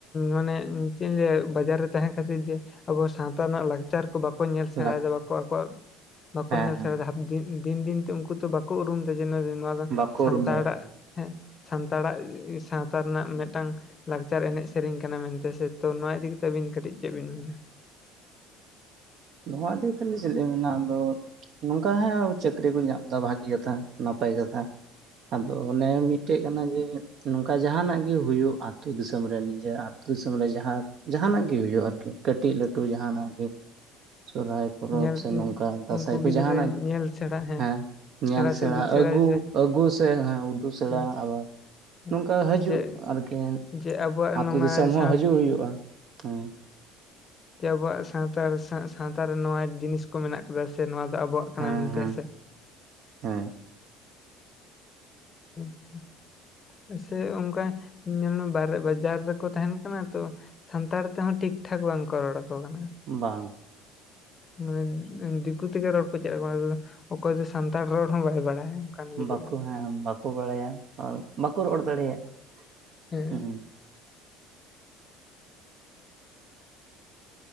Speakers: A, on the left (about 20°); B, on the right (about 40°).
A: ᱢᱟᱱᱮ ᱪᱮᱫ ᱤᱧ ᱞᱟᱹᱭᱟ ᱵᱟᱡᱟᱨ ᱨᱮ ᱛᱟᱦᱮᱸ ᱠᱷᱟᱹᱛᱤᱨ ᱡᱮ ᱟᱵᱚ ᱥᱟᱶᱛᱟ ᱨᱮᱱᱟᱜ ᱞᱟᱠ ᱪᱟᱨ ᱠᱚ ᱵᱟᱠᱚ ᱧᱮᱞ ᱥᱮᱬᱟᱭᱫᱟ
B: ᱦᱮᱸ
A: ᱵᱟᱠᱚ ᱟᱠᱚᱣᱟᱜ ᱵᱟᱠᱚ
B: ᱦᱮᱸ
A: ᱧᱮᱞ
B: ᱦᱮᱸ
A: ᱥᱮᱬᱟᱭ ᱫᱟ ᱦᱟ ᱫᱤᱱ ᱫᱤᱱᱛᱮ ᱩᱱᱠᱩ ᱛᱚ ᱵᱟᱠᱚ ᱩᱨᱩᱢ ᱫᱟ ᱡᱮ ᱱᱚᱣᱟ ᱫᱚ
B: ᱵᱟᱠᱚ
A: ᱥᱟᱱᱛᱟᱲᱟᱜ
B: ᱩᱨᱩᱢ ᱫᱟᱲᱮᱭᱟᱜᱼᱟ
A: ᱦᱮᱸ ᱥᱟᱱᱛᱟᱲᱟᱜ ᱥᱟᱶᱛᱟ ᱨᱮᱱᱟᱜ ᱢᱤᱫᱴᱟᱝ ᱞᱟᱠᱪᱟᱨ ᱮᱱᱮᱡ ᱥᱮᱨᱮᱧ ᱠᱟᱱᱟ ᱢᱮᱱᱛᱮ ᱥᱮ ᱛᱚ ᱱᱚᱣᱟ ᱤᱫᱤ ᱛᱮᱵᱤᱱ ᱠᱟᱹᱴᱤᱡ ᱪᱮᱫ ᱵᱤᱱ ᱢᱮᱱᱟ
B: ᱱᱚᱣᱟ ᱫᱚ ᱛᱟᱦᱞᱮ ᱪᱮᱫ ᱞᱤᱧ ᱢᱮᱱᱟ ᱟᱫᱚ ᱱᱚᱝᱠᱟ ᱦᱟᱸᱜ ᱪᱟᱹᱠᱨᱤ ᱠᱚ ᱧᱟᱢ ᱫᱟ ᱵᱷᱟᱜᱮ ᱠᱟᱛᱷᱟ ᱱᱟᱯᱟᱭ ᱠᱟᱛᱷᱟ ᱟᱫᱚ ᱚᱱᱮ ᱢᱤᱫᱴᱮᱡ ᱠᱟᱱᱟ ᱡᱮ ᱱᱚᱝᱠᱟ ᱡᱟᱦᱟ ᱱᱟᱜ ᱜᱮ ᱦᱳᱭᱳᱜ ᱟᱛᱳ ᱫᱤᱥᱚᱢ ᱨᱮ ᱱᱤᱡᱮᱨ ᱟᱛᱳ ᱫᱤᱥᱚᱢ ᱨᱮ ᱡᱟᱦᱟᱸ ᱡᱟᱦᱟᱱᱟᱜ ᱜᱮ ᱦᱳᱭᱳᱜ ᱟᱨᱠᱤ ᱠᱟᱹᱴᱤᱡ ᱞᱟᱹᱴᱩ ᱡᱟᱦᱟᱱᱟᱜ ᱜᱮ ᱥᱚᱨᱦᱟᱭ ᱯᱚᱨᱚᱵᱽ
A: ᱧᱮᱞ
B: ᱥᱮ ᱱᱚᱝᱠᱟ ᱫᱟᱸᱥᱟᱭ
A: ᱩᱱᱠᱩ
B: ᱠᱚ
A: ᱜᱤᱫᱽᱨᱟᱹ
B: ᱡᱟᱦᱟᱱᱟᱜ ᱜᱮ
A: ᱧᱮᱞ ᱥᱮᱬᱟ
B: ᱦᱮᱸ ᱧᱮᱞ
A: ᱥᱮ
B: ᱥᱮᱬᱟ
A: ᱩᱫᱩᱜ ᱥᱮᱬᱟᱭ
B: ᱟᱹᱜᱩ
A: ᱡᱮ
B: ᱟᱹᱜᱩ ᱥᱮ ᱦᱮᱸ ᱩᱫᱩᱜ ᱥᱮᱬᱟ
A: ᱦᱮᱸ
B: ᱟᱵᱟᱨ
A: ᱦᱮᱸ
B: ᱱᱚᱝᱠᱟ ᱦᱟᱡᱩᱜ
A: ᱡᱮ
B: ᱟᱨ ᱠᱤ
A: ᱡᱮ ᱟᱵᱚᱣᱟᱜ
B: ᱟᱹᱛᱩ
A: ᱱᱚᱣᱟ
B: ᱫᱤᱥᱚᱢ
A: ᱥᱟᱶ
B: ᱦᱚᱸ ᱦᱟᱡᱩᱜ ᱦᱩᱭᱩᱜᱼᱟ ᱦᱮᱸ
A: ᱡᱮ ᱟᱵᱚᱣᱟᱜ ᱥᱟᱱᱛᱟᱲ ᱥᱟᱶᱛᱟ ᱨᱮ ᱱᱚᱣᱟ ᱡᱤᱱᱤᱥ ᱠᱚ ᱢᱮᱱᱟᱜ ᱟᱠᱟᱫᱟ ᱥᱮ ᱱᱚᱣᱟ ᱫᱚ ᱟᱵᱚᱣᱟᱜ ᱠᱟᱱᱟ
B: ᱦᱮᱸ
A: ᱢᱮᱱᱛᱮ
B: ᱦᱮᱸ
A: ᱥᱮ
B: ᱦᱮᱸ
A: ᱟᱪᱪᱷᱟ ᱦᱮᱸ ᱥᱮ ᱚᱱᱠᱟ ᱧᱮᱞ ᱢᱮ ᱵᱟᱦᱨᱮ ᱵᱟᱡᱟᱨ ᱨᱮ ᱠᱚ ᱛᱟᱦᱮᱱ ᱠᱟᱱᱟ ᱛᱚ ᱥᱟᱱᱛᱟᱲ ᱛᱮ ᱦᱚᱸ ᱴᱷᱤᱠ ᱴᱷᱟᱠ ᱵᱟᱝᱠᱚ ᱨᱚᱲ ᱟᱠᱚ ᱠᱟᱱᱟ
B: ᱵᱟᱝ
A: ᱢᱟᱱᱮ ᱫᱤᱠᱩ ᱛᱮᱜᱮ ᱨᱚᱲ ᱠᱚ ᱪᱮᱫ ᱟᱠᱚ ᱠᱟᱱᱟ ᱢᱟᱱᱮ ᱚᱠᱚᱭ ᱫᱚ ᱥᱟᱱᱛᱟᱲ ᱨᱚᱲ ᱦᱚᱸ ᱵᱟᱭ ᱵᱟᱲᱟᱭᱟ ᱚᱱᱠᱟᱱ ᱜᱤᱫᱽᱨᱟᱹ
B: ᱵᱟᱠᱚ
A: ᱦᱚᱸ
B: ᱦᱮᱸ ᱵᱟᱠᱚ ᱵᱟᱲᱟᱭᱟ ᱵᱟᱠᱚ ᱨᱚᱲ ᱫᱟᱲᱮᱭᱟᱜᱼᱟ
A: ᱦᱮᱸ
B: ᱦᱩᱸ